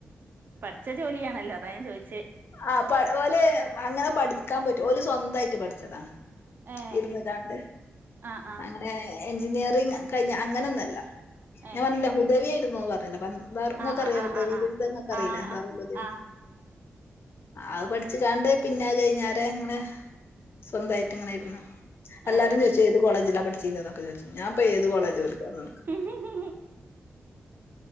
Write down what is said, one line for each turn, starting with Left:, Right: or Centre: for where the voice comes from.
Right: പഠിച്ച ജോലിയണല്ലോ അതാ ഞാൻ ചോയിച്ചേ
Left: ആ പ ഓല് അങ്ങനെ പഠിക്കാൻ പറ്റും ഒരു സ്വന്തമായിട്ട് പഠിച്ചതാണ്
Right: ഏ
Left: ഇരുന്ന് കാണ്ട്
Right: ആഹ ആഹ
Left: അങ്ങനെ എഞ്ചിനീയറിങ് കഴിഞ്ഞ അങ്ങനെയൊന്നുമല്ല
Right: ഏഹ്
Left: ഞാൻ പറഞ്ഞില്ല ഹുദവിയ ആയിരുന്നുന്ന് പറഞ്ഞില്ല ഇങ്ങക്കറിയാം
Right: ആഹ് ആഹ്
Left: ദാറുൽഹുദവി
Right: ആഹ്
Left: വങ്ങക്ക അറിയില്ല
Right: ആഹ്
Left: ദാറുൽ
Right: ആഹ്
Left: ഹുദവി
Right: ആഹ് ആഹ്
Left: അത് പഠിച്ചു കാണ്ട് പിന്നെ കഴിഞ്ഞാല ഇങ്ങനെ സ്വന്തായിട്ട് ഇങ്ങനെ ഇരുന്നു എല്ലാരും
Right: ആഹ്
Left: ചോയ്ച്ച ഏത് കോളേജിലാ പഠി ച്ചീന്യത് ന്നൊക്കെ ചോയ്ക്കും ഞാൻ ഇപ്പൊ ഏതു കോളേജ് ബർക്ക് പർഞ്ഞൊട്ക്കാ <inaudible>
Right: ഏഹ്